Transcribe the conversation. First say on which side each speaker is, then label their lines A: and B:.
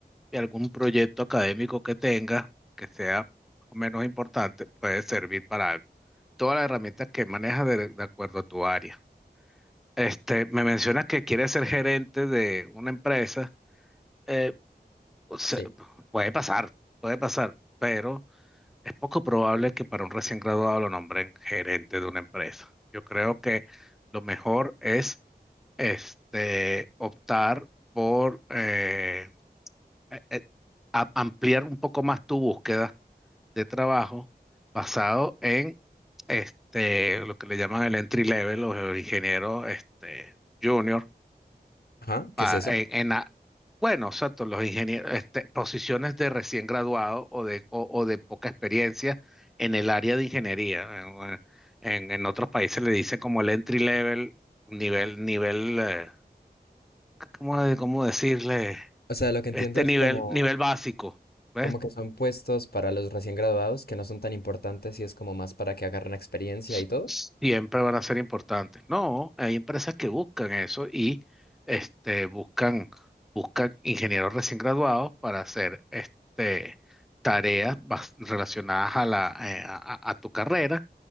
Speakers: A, in the centre; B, on the left.
A: y algún proyecto académico que tengas que sea menos importante puede servir para algo. Todas las herramientas que manejas de, de acuerdo a tu área. Este, me mencionas que quieres ser gerente de una empresa. eh, o sea,
B: sí.
A: puede pasar, puede pasar, pero es poco probable que para un recién graduado lo nombren gerente de una empresa. Yo creo que lo mejor es este, optar por eh, eh, eh, a- ampliar un poco más tu búsqueda de trabajo basado en este, lo que le llaman el entry level, los ingenieros este, junior,
B: Ajá,
A: pa-
B: ¿qué es eso?
A: en, en a- bueno, exacto, los ingenieros, este, posiciones de recién graduado o de, o, o de poca experiencia en el área de ingeniería. En, eh, en- en otros países le dicen como el entry level, nivel, nivel, eh, ¿cómo, de- cómo decirle?
B: O sea, lo que entiendo
A: Este
B: es
A: nivel,
B: como...
A: nivel básico. ¿Ves?
B: Como que son puestos para los recién graduados que no son tan importantes y es como más para que agarren experiencia
A: s-
B: y todo.
A: siempre van a ser importantes. No, hay empresas que buscan eso y este, buscan, buscan ingenieros recién graduados para hacer este, tareas bas- relacionadas a, la, eh, a, a- a tu carrera,